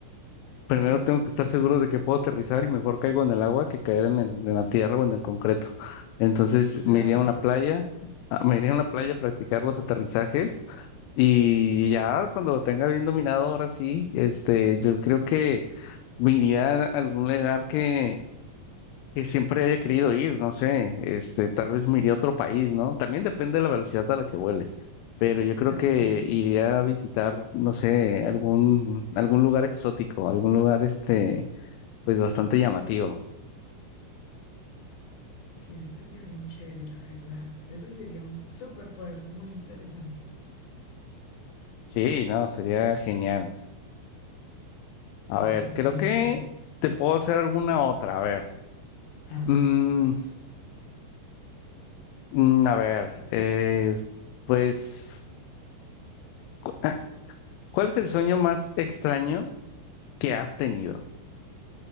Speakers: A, on the left (about 90°); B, on the left (about 65°).
A: Primero
B: ok,
A: tengo que estar seguro de que puedo aterrizar y mejor caigo en el agua que caer en el, en la tierra o en el concreto. Entonces
B: claro,
A: me iría a una playa, ah, me iría a una playa a practicar los aterrizajes y ya cuando lo tenga bien dominado, ahora sí, este, yo creo que me iría a algún lugar que, que siempre haya querido ir, no sé, este, tal vez me iría a otro país, ¿no? También depende de la velocidad a la que vuele, pero yo creo
B: de acuerdo.
A: que iría a visitar, no sé, algún, algún lugar exótico, algún lugar, este, pues bastante llamativo.
B: Sí, estaría bien chévere, la verdad. Ese sería un superpoder muy interesante.
A: Sí, no, sería genial. A ver,
B: Listo,
A: creo
B: cuéntame.
A: que te puedo hacer alguna otra, a ver.
B: A
A: Mm,
B: ver.
A: Mm, a ver, eh, pues, cu- ah, ¿cuál es el sueño más extraño que has tenido?